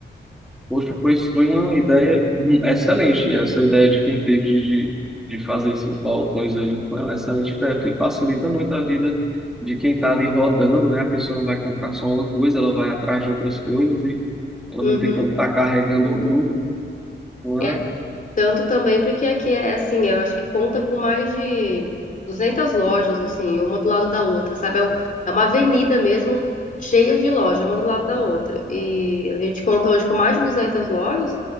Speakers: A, in the centre; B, on the left (about 45°).
A: Poxa, pois foi uma ideia excelente. Essa ideia de quem teve de, de de fazer esses balcões ali foi uma excelente ideia, porque facilita muito a vida de quem está ali rodando, né? A pessoa não vai comprar só uma coisa, ela vai atrás de outras coisas e ela
B: Uhum.
A: não tem como estar carregando tudo. Uma...
B: É, tanto também porque aqui é assim, eu acho que conta com mais de 200 lojas, assim, uma do lado da outra, sabe? É, um- é uma avenida mesmo cheia de lojas, uma do lado da outra. E a gente conta hoje com mais de 200 lojas,